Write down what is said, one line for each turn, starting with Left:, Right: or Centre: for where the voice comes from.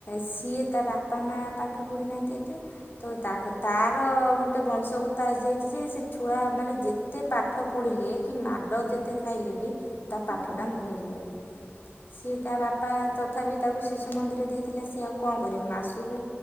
Left: ସିଏ ତା ବାପା ମା ପାଠ ପଢ଼ିନାହାନ୍ତି ଏତେ ତ ତା
Right: ଓହୋ
Left: ତାର ଗୋଟେ- ଗୋଟେ ବଂଶଗତ ଆସିଯାଇଛି ଯେ ସେ ଛୁଆ ମାନେ ଯେତେ ପାଠ ପଢ଼ିଲେ କି ମାଡ଼ ଯେତେ ଖାଇଲେ ବି ତା ପାଠ
Right: ହୁଁ
Left: ଟା ମନେ ରୁହେନି ସିଏ ତା
Right: ହୁଁ
Left: ବାପା
Right: ହୁଁ
Left: ତଥାପି ତାକୁ ଶିଶୁ ମନ୍ଦିର ଦେଇଥିଲେ ସିଏ ଆଉ କଣ କରିବ ମାସ କୁ